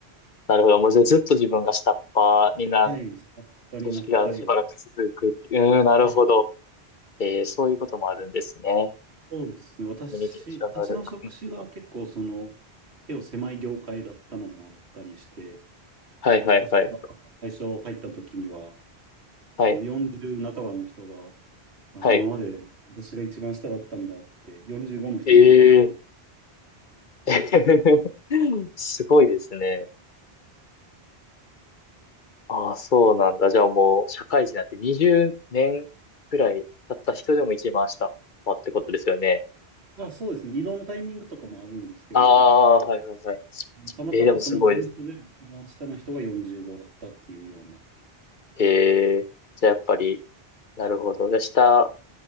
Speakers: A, on the left; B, on the right.
A: なるほど。もうじゃあずっと自分が下っ端にな、
B: はい、下っ端になったりは、
A: 組織がしばらく続くっていう。うん、なるほど。
B: はい
A: えー、そういうこともあるんですね。
B: そうですね。私、
A: コミュニケーション能力。
B: 私の職種が結構その、
A: うん
B: 手を狭い業界だったのもあったりして、
A: はいはいはい。
B: 私が最初入った時には、
A: はい。
B: あの40半ばの人が、
A: はい。
B: あ、今まで私が一番下だったんだって45の人に言われる。
A: えー、<laughs> すごいですね。ああ、そうなんだ。じゃあもう、社会人になって20年くらい経った人でも一番下ってことですよね。
B: あ、そうですね。移動のタイミングとかもあるんですけど、
A: ああ、はいはいはい。
B: たまたまその事務所で一番下の人が45だったっていうような。
A: えー、でもすごいです。えー、じゃあやっぱり、なるほど。じゃあ下